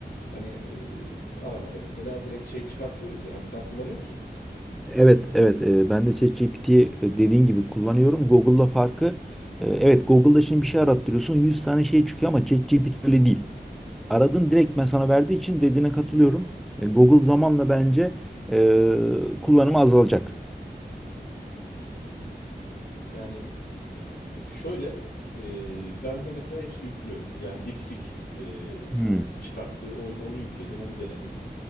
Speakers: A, on the left (about 85°); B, in the centre.
A: Hani e, aramada mesela direkt şey çıkartıyoruz ya. Hani sen kullanıyor musun?
B: Evet, evet. e, Ben de ChatGPT'yi e, dediğin gibi kullanıyorum. Google'la farkı e, evet Google'da şimdi bir şey arattırıyorsun. 100 tane şey çıkıyor ama ChatGPT öyle değil. aradın direkt ben sana verdiği için dediğine katılıyorum. E, Google zamanla bence e, kullanımı azalacak.
A: Yani Şöyle e, ben de mesela hepsi yüklü. Yani DeepSeek e,
B: Hmm.
A: çıkarttı. O, onu yükledim, onu denedim.